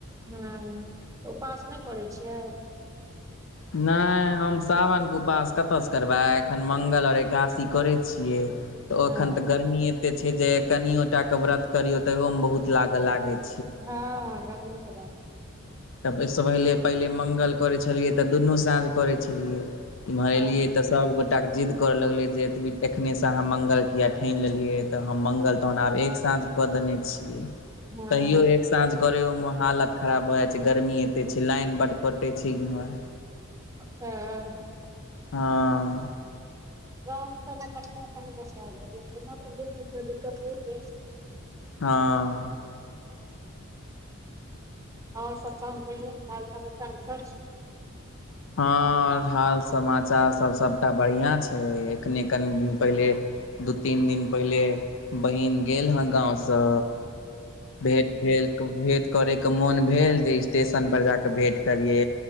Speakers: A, on the right; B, on the left.
A: हँ तऽ उपास नहि करै छियै
B: नहि हम सावनके उपास कतयसँ करबै एखन मंगल आओर एकादशी करै छियै तऽ ओ
A: हँ
B: एखन तऽ गर्मी एते छै जे कनियो टा के व्रत करियो तहियो मे बहुत लागऽ लागै छै
A: हँ गर्मीे बाप
B: तब ओहि से पहिले पहिले मंगल करे छलियै त दुनू साँझ करै छलियै इम्हर
A: हँ
B: एलियै त सब गोटा के जिद्द कर लगलै जे एतबी एखने से अहाँ मंगल किया ठनि लेलियै त हम मंगल तहन आब एक साँझ कऽ देने छियै
A: हँ
B: त्यो एक साँझ करै ओ मे हालत खराब भऽ जाय गर्मी एते छै लाइन बड कटै छै इम्हर
A: हँ
B: हँ
A: गाँव सबमे <unintelligible> नाना सिवर दिक्कत होइ छै
B: हँ
A: आओर सब तहन कहियो हाल समाचार सब
B: हँ आओर हाल समाचार सब सभटा बढ़िआँ छै एखने कनि दिन पहिले दू तीन दिन पहिले बहिन गेल हा गाँवसँ भेट भेल भेंट करय के मोन भेल जे स्टेशनपर जा क भेंट करिये।